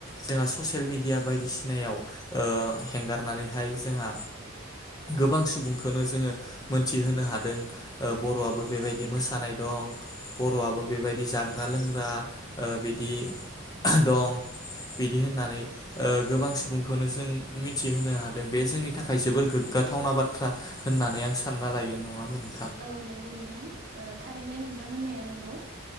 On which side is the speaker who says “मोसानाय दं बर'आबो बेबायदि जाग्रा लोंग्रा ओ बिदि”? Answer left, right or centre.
Left